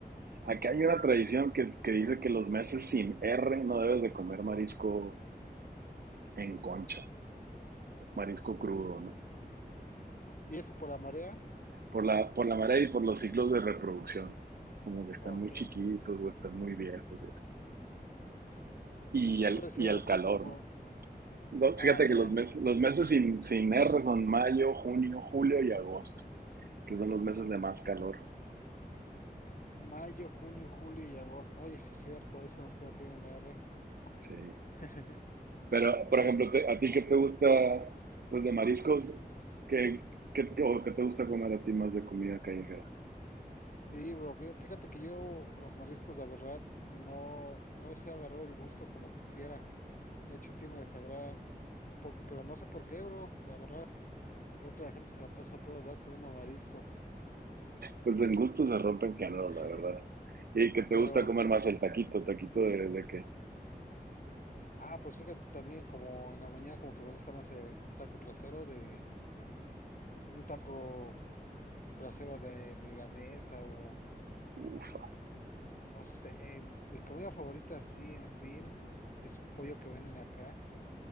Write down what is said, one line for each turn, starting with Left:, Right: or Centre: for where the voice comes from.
Right: acá hay una tradición que, que dice que los meses sin R no debes de comer marisco en concha, marisco crudo, ¿no?
Left: ¿Y eso por la marea?
Right: Por la, por la marea y por los ciclos de reproducción, como que están
Left: Ok.
Right: muy chiquitos o están muy viejos. y Y
Left: ¿Y
Right: el,
Left: cuáles serían
Right: y el
Left: los
Right: calor.
Left: países con...
Right: No,
Left: Ah,
Right: fíjate
Left: ya.
Right: que los meses, los meses sin, sin R son mayo, junio, julio y agosto, que son los meses de más calor.
Left: Mayo, junio, julio y agosto. Oye, sí es cierto, esos son los que no tienen R.
Right: Sí.
Left: <laughs>
Right: Pero, por
Left: Ah,
Right: ejemplo, te- ¿a ti qué te gusta, pues, de mariscos? ¿Qué, qué- qué- o qué te gusta comer a ti más de comida callejera?
Left: Sí, bro, fí- fíjate que yo los mariscos, la verdad, no, no les he agarrado el gusto como quisiera. De hecho, sí me desagradan un poco, pero no sé por qué, bro, la verdad. Creo que la gente se la pasa a toda edad comiendo mariscos.
Right: Pues en gusto se rompen géneros,
Left: <laughs>
Right: la verdad. ¿Y qué te
Left: Pero,
Right: gusta comer más el taquito? ¿Taquito de, de qué?
Left: ah, pues fíjate, también como en la mañana como que me gusta más el taco placero de, un taco placero de milanesa o,
Right: Ufa,
Left: no sé, eh, mi comida favorita, sí, en fin, es un pollo que venden acá,